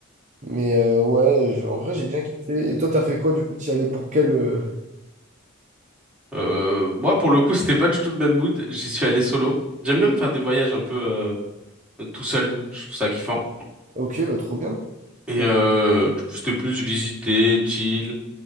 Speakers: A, on the right (about 40°); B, in the centre.
A: mais euh, ouais, je- en vrai, j'ai bien kiffé. Et toi, t'as fait quoi du coup? T'y allais pour quel. euh,
B: Euh, moi pour le coup, c'était pas du tout le même mood. J'y suis allé solo. J'aime bien me faire des voyages un peu euh, tout seul. Je trouve ça kiffant.
A: Ok, bah, trop bien. Trop
B: Et euh, du coup, c'était plus visiter, chill,